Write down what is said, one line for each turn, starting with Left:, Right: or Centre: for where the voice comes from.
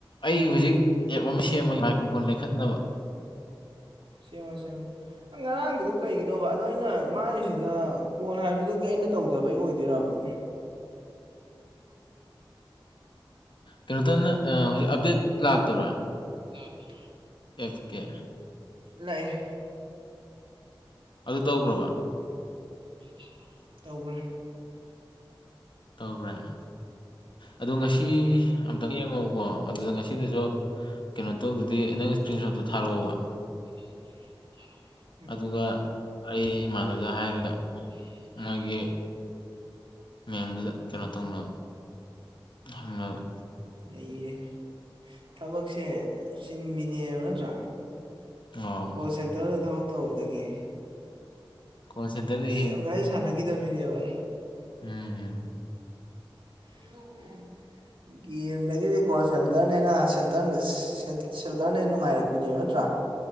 Left: ꯑꯩ ꯍꯧꯖꯤꯛ ꯑꯦꯞ ꯑꯃ ꯁꯦꯝꯃꯒꯦ ꯃꯥꯏꯀ꯭ꯔꯣꯐꯣꯟ ꯂꯩꯈꯠꯅꯕ
Right: ꯁꯦꯝꯃꯨ ꯁꯦꯝꯃꯨ ꯉꯔꯥꯡꯒꯤꯗꯨ ꯀꯩꯒꯤꯅꯣꯕ ꯑꯗꯣ ꯑꯩꯅ ꯃꯥꯒꯤꯁꯤꯗ ꯀꯣꯜ ꯍꯥꯏꯕꯗꯨꯒꯤ ꯑꯩꯅ ꯇꯧꯗꯕꯩ ꯑꯣꯏꯗꯣꯏꯔꯕ
Left: ꯀꯩꯅꯣꯇꯅ ꯍꯧꯖꯤꯛ ꯑꯞꯗꯦꯠ ꯂꯥꯛꯇꯕ꯭ꯔꯥ
Right: <unintelligible>
Left: ꯑꯦꯐ ꯀꯦ
Right: ꯂꯥꯛꯏ
Left: ꯑꯗꯨ ꯇꯧꯒ꯭ꯔꯕ
Right: ꯇꯧꯈ꯭ꯔꯕ ꯇꯧꯒ꯭ꯔꯦ
Left: ꯇꯧꯒ꯭ꯔꯦ ꯑꯗꯣ ꯉꯁꯤ
Right: ꯎꯝ
Left: ꯑꯝꯇꯪ ꯌꯦꯡꯉꯛꯎꯀꯣ ꯑꯗꯨꯗ ꯉꯁꯤꯗꯁꯨ ꯀꯩꯅꯣ ꯇꯧꯗꯗꯤ ꯅꯪ ꯏꯁꯀ꯭ꯔꯤꯟ ꯁꯣꯠꯇꯣ ꯊꯥꯔꯛꯑꯣꯕ
Right: <unintelligible> ꯊꯔꯛꯑꯣꯕ
Left: ꯑꯗꯨꯒ ꯑꯩ ꯏꯃꯥꯟꯅꯕꯗ ꯍꯥꯏꯔꯒ
Right: <unintelligible>
Left: ꯃꯣꯏꯒꯤ ꯃꯦꯝꯗꯨꯗ ꯀꯩꯅꯣ ꯇꯧꯅꯕ ꯍꯪꯅꯕ
Right: ꯅꯩꯔꯦꯍꯦ ꯊꯕꯛꯁꯦ ꯆꯤꯟꯕꯤꯅꯦꯕ ꯅꯠꯇ꯭ꯔꯥ
Left: ꯑꯧ
Right: ꯀꯣꯜ ꯁꯦꯟꯇꯔꯗ ꯊꯕꯛ ꯇꯧꯕꯗꯒꯤ
Left: ꯀꯣꯜ ꯁꯦꯟꯇꯔꯗꯒꯤ
Right: ꯒꯦꯝꯒꯥꯏꯁꯦ ꯁꯥꯟꯅꯈꯤꯗꯕꯤꯅꯦꯕ
Left: ꯎꯝ ꯎꯝ
Right: <unintelligible> ꯌꯦꯝꯗꯒꯤꯗꯤ ꯀꯣꯜ ꯁꯦꯜꯇꯔꯅꯦꯅ ꯁꯦꯜꯇꯔ ꯁꯦꯜ ꯁꯦꯜꯇꯔꯅ ꯅꯨꯡꯉꯥꯏꯔꯛꯄꯤꯅꯦꯕ ꯅꯠꯇ꯭ꯔꯥ